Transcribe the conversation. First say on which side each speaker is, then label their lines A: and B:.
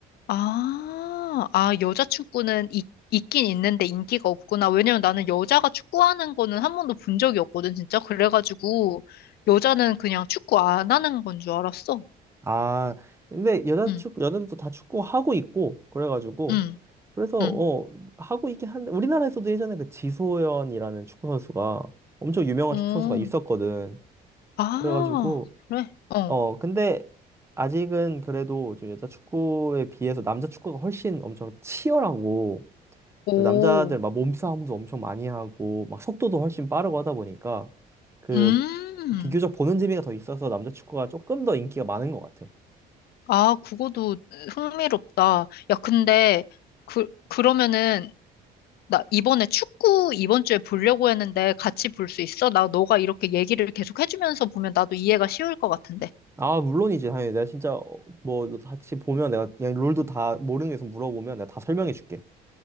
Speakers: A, on the left; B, on the right.
A: 아, 아, 여자 축구는 있, 있긴 있는데 인기가 없구나. 왜냐면 나는 여자가 축구하는 거는 한 번도 본 적이 없거든, 진짜. 그래가지고, 여자는 그냥 축구 안 하는 건 줄 알았어.
B: 아, 근데 여자
A: 응,
B: 축구, 여자들도 다 축구하고 있고, 그래가지고,
A: 응,
B: 그래서,
A: 응.
B: 어, 하고 있긴 한데, 우리나라에서도 예전에 그 지소연이라는 축구 선수가 엄청 유명한
A: 오,
B: 축구 선수가 있었거든.
A: 아,
B: 그래가지고,
A: 그래? 어,
B: 어, 근데 아직은 그래도 좀 여자 축구에 비해서 남자 축구가 훨씬 엄청 치열하고
A: 오,
B: 또 남자들 막 몸싸움도 엄청 많이 하고 막 속도도 훨씬 빠르고 하다 보니까 그
A: 음.
B: 비교적 보는 재미가 더 있어서 남자 축구가 조금 더 인기가 많은 것 같아.
A: 아, 그거도 흥미롭다. 야, 근데, 그, 그러면은, 나 이번에 축구 이번 주에 보려고 했는데 같이 볼 수 있어? 나 너가 이렇게 얘기를 계속 해주면서 보면 나도 이해가 쉬울 것 같은데.
B: 아, 물론이지. 당연히 내가 진짜 어, 뭐너 같이 보면 내가 그냥 롤도 다 모르는 게 있으면 물어보면 내가 다 설명해 줄게.